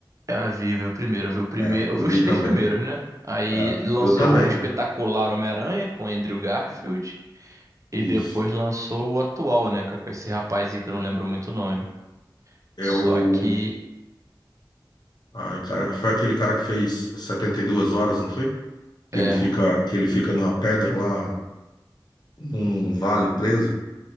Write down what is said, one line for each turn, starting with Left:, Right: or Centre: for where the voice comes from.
Right: eu vi, eu vi o primeiro, eu vi o primeiro,
Left: É, eu
Right: eu vi
Left: vi
Right: os três
Left: também.
Right: primeiros, né? Aí
Left: É,
Right: lançou
Left: eu também.
Right: o espetacular Homem-Aranha com Andrew Garfield e
Left: Isso.
Right: depois lançou o atual, né, com com esse rapaz aí que eu não lembro muito o nome.
Left: Eu
Right: Só que
Left: Ah, cara, foi aquele cara que fez 72 horas, não foi? Que
Right: é,
Left: ele fica, que ele fica numa pedra lá, num, num vale preso.